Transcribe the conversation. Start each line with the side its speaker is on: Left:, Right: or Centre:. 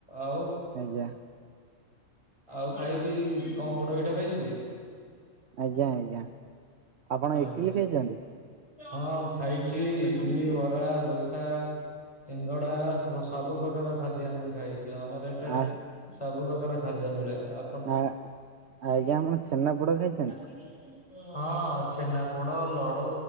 Left: ଆଉ
Right: ଆଜ୍ଞା।
Left: ଆଉ ଖାଇବି ଙ୍କ ପୋଡା ପିଠା ଖାଇଚନ୍ତି?
Right: ଆଜ୍ଞା ଆଜ୍ଞା। ଆପଣ
Left: ଆଜ୍ଞା
Right: ଇଟିଲି ଖାଇଛନ୍ତି
Left: ହଁ ଖାଇଚି ଇଟିଲି ବରା ଦୋସା ସିଙ୍ଗଡା ବ୍ ସବୁ ପ୍ରକାର ଖାଦ୍ୟ ଆମେ ଖାଇଚୁ ଆମର ଏଠାରେ
Right: ଆ
Left: ସବୁ ପ୍ରକାର ଖାଦ୍ୟ ମିଳେ ଆ
Right: ଆ ଆଜ୍ଞା ଆପଣ ଛେନା ପୋଡ ଖାଇଚନ୍ତି
Left: <inaudible> ହଁ ଛେନାପୋଡ ଲଡୁ